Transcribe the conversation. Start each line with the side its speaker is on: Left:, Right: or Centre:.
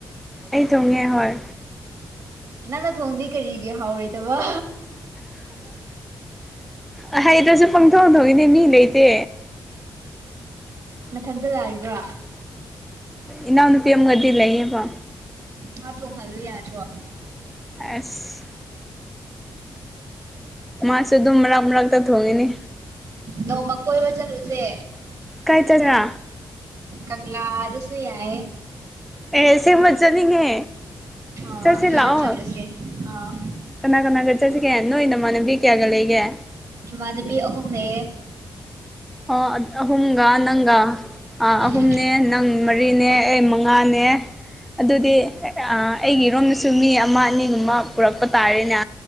Centre: ꯑꯩ ꯊꯣꯡꯉꯦ ꯍꯣꯏ
Right: ꯅꯪꯅ ꯊꯣꯡꯗꯤ ꯀꯔꯤꯒꯤ ꯍꯥꯎꯔꯣꯏꯗꯕ
Centre: ꯑ ꯍꯥꯏꯩꯗ꯭ꯔꯁꯨ ꯄꯪꯊꯣꯛ ꯊꯣꯛꯣꯡꯏꯅꯦ ꯃꯤ ꯂꯩꯇꯦ
Right: ꯃꯊꯟꯗ ꯂꯥꯛꯏꯕ
Centre: ꯏꯟꯅꯅ ꯄꯤꯝ ꯀꯗꯤꯂꯌꯦ ꯄ
Right: ꯍꯥꯠꯇꯣꯡ ꯈꯜꯂꯣ ꯌꯥꯗ꯭ꯔꯣ
Centre: ꯑꯁ ꯃꯥꯁꯨ ꯑꯗꯨꯝ ꯃꯔꯛ ꯃꯔꯛꯇ ꯊꯣꯡꯉꯤꯅꯤ
Right: ꯅꯣꯡꯃ ꯀꯣꯏꯕ ꯆꯠꯂꯨꯁꯦ
Centre: ꯀꯥꯏ ꯆꯂꯥ
Right: ꯀꯪꯂꯪꯂꯪꯂꯥ ꯑꯗꯨꯁꯨ ꯌꯥꯌꯦ
Centre: ꯑꯦꯁꯦ ꯃꯖꯖꯥꯅꯤꯡꯉ
Right: ꯑꯥ
Centre: ꯆꯠꯁꯤ
Right: ꯑꯗꯨꯗ
Centre: ꯂꯥꯛꯑꯣ
Right: ꯆꯠꯂꯨꯁꯦ ꯑꯥ
Centre: ꯀꯅꯥ ꯀꯅꯥ ꯀ ꯆꯁꯤ ꯀꯌꯥꯟꯅ ꯑꯣꯏ ꯅꯃꯅꯕꯤ ꯀꯌꯥꯒ ꯂꯩ ꯌꯥ
Right: ꯏꯃꯥꯗꯕꯤ ꯑꯍꯨꯝꯅꯦ
Centre: ꯑꯣ ꯑꯍꯨꯝꯒ ꯅꯪꯒ
Right: ꯎꯝ
Centre: ꯑꯍꯨꯝꯅꯦ ꯅꯪ ꯃꯔꯤꯅꯦ ꯑꯩ ꯃꯉꯥꯅꯦ ꯑꯦ ꯑꯗꯨꯗꯤ ꯑꯩꯒꯤꯔꯣꯝꯗꯁꯨ ꯃꯤ ꯑꯃ ꯑꯅꯤꯒꯨꯝꯕ ꯄꯨꯔꯛꯄ ꯇꯥꯔꯦꯅꯦ